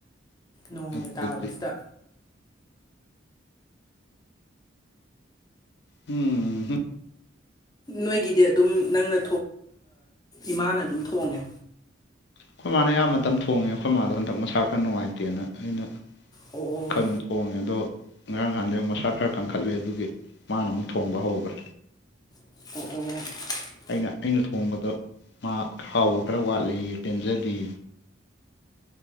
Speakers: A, on the left (about 20°); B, on the left (about 60°).
A: ꯅꯣꯡꯅ
B: ꯑꯗꯨꯗꯤ
A: ꯇꯥꯕꯁꯤꯗ
B: ꯎꯝ ꯍꯨꯝ
A: ꯅꯣꯏꯒꯤꯗꯤ ꯑꯗꯨꯝ ꯅꯪꯅ ꯏꯃꯥꯅ ꯑꯗꯨꯝ ꯊꯣꯡꯉꯦ
B: ꯑꯩꯈꯣꯏ ꯃꯥꯅ ꯑꯌꯥꯝꯕ ꯃꯇꯝ ꯊꯣꯡꯉꯦ ꯑꯩꯈꯣꯏ ꯃꯥꯥꯗꯣ ꯍꯟꯗꯛ ꯃꯁꯥ ꯈꯔ ꯅꯨꯡꯉꯥꯏꯇꯦꯅ ꯑꯩꯅ
A: ꯑꯣ
B: ꯈꯔ ꯑꯗꯨꯝ ꯊꯣꯡꯉꯦ ꯑꯗꯣ ꯉꯔꯥꯡ ꯅꯍꯥꯟꯗꯩ ꯑꯃꯨꯛ ꯃꯁꯥ ꯈꯔ ꯀꯟꯈꯠꯂꯦ ꯑꯗꯨꯒꯤ ꯃꯥꯅ ꯑꯃꯨꯛ ꯊꯣꯡꯕ ꯍꯧꯈ꯭ꯔꯦ
A: ꯀꯍꯣ
B: ꯑꯩꯅ ꯑꯩꯅ ꯊꯣꯡꯕꯗ ꯃꯥ ꯍꯥꯎꯕ ꯈꯔ ꯋꯥꯠꯂꯤ ꯄꯦꯟꯖꯗꯦ